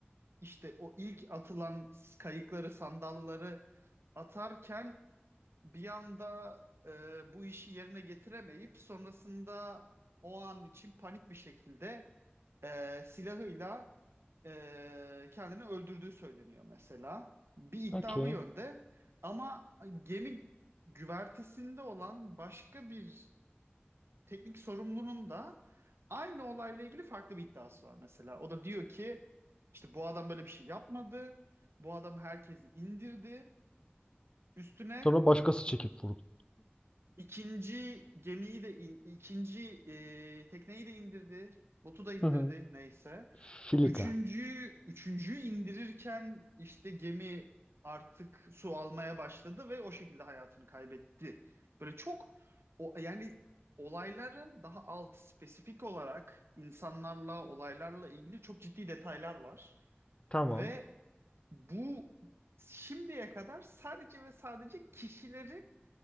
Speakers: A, on the right; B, on the left.
A: işte o ilk atılan kayıkları, sandalları atarken bir anda e, bu işi yerine getiremeyip sonrasında o an için panik bir şekilde e, silahıyla e, kendini öldürdüğü söyleniyor mesela. Bir iddia
B: Okey.
A: bu yönde ama gemi güvertesinde olan başka bir teknik sorumlunun da aynı olayla ilgili farklı bir iddiası var mesela. O da diyor ki işte bu adam böyle bir şey yapmadı. Bu adam herkesi indirdi. Üstüne
B: Sonra başkası çekip vurdu.
A: İkinci gemiyi de in- ikinci e, tekneyi de indirdi. Botu da indirdi
B: Hı hı.
A: neyse.
B: Filika.
A: Üçüncü üçüncüyü indirirken işte gemi artık su almaya başladı ve o şekilde hayatını kaybetti. Böyle çok o yani olayların daha alt spesifik olarak insanlarla olaylarla ilgili çok ciddi detaylar var
B: Tamam.
A: ve bu şimdiye kadar sadece ve sadece kişilerin